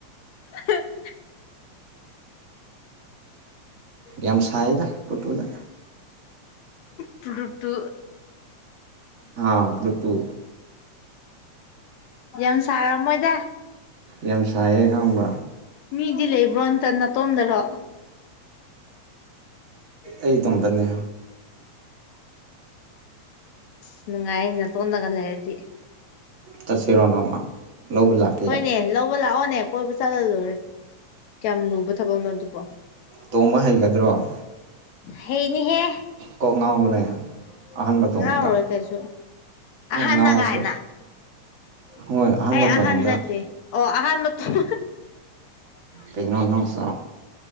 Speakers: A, on the left; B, on the right.
A: ꯑ <inaudible>
B: ꯌꯝ ꯁꯥꯏꯗ ꯄꯨ꯭ꯔꯇꯨꯅ
A: ꯄꯨ꯭ꯔꯇꯨ
B: ꯍꯥꯥ ꯄꯨ꯭ꯔꯇꯨ
A: ꯌꯥꯝ ꯁꯔꯝꯃꯣꯏꯗ
B: ꯌꯥꯝ ꯁꯥꯏꯌꯦ ꯈꯪꯕ꯭ꯔꯥ
A: ꯃꯤꯗꯤ ꯂꯩꯕ꯭ꯔꯣ ꯅꯇꯣꯝꯗꯔꯣ
B: ꯑꯩ ꯏꯇꯣꯝꯗꯅꯦ
A: ꯑꯁ ꯅꯨꯡꯉꯥꯏ ꯅꯇꯣꯟꯗꯒ ꯂꯩꯔꯗꯤ
B: ꯆꯠꯁꯤꯔꯣ ꯅꯣꯡꯃ ꯂꯧꯕ ꯂꯥꯛꯀꯦ
A: ꯍꯣꯏꯅꯦ ꯂꯧꯕ ꯂꯥꯛꯑꯣꯅꯦ ꯀꯣꯏꯕ ꯆꯠꯂ ꯂꯣꯢꯔꯦ ꯀꯌꯥꯝ ꯂꯨꯕ ꯊꯕꯛꯅꯣ ꯑꯗꯨꯕꯣ
B: ꯇꯣꯡꯕ ꯍꯩꯒꯗ꯭ꯔꯣ
A: ꯍꯩꯅꯤꯍꯦ
B: ꯀꯣꯛ ꯉꯥꯎꯕꯅꯦ ꯑꯍꯥꯟꯕꯥ ꯇꯣꯡꯕꯗ
A: ꯉꯥꯎꯔꯣꯏ ꯀꯩꯁꯨ ꯑꯍꯟꯅ
B: ꯉꯥꯎꯔꯁꯨ
A: ꯒꯥꯏꯅ
B: ꯍꯣꯏ ꯑꯍꯥꯟꯕ
A: ꯑꯩ
B: ꯇꯣꯡꯕꯗ
A: ꯑꯍꯟ ꯅꯠꯇꯦ ꯑꯣ ꯑꯍꯟ ꯃꯇꯣꯝ
B: ꯀꯩꯅꯣ ꯅꯪ ꯁꯥꯎ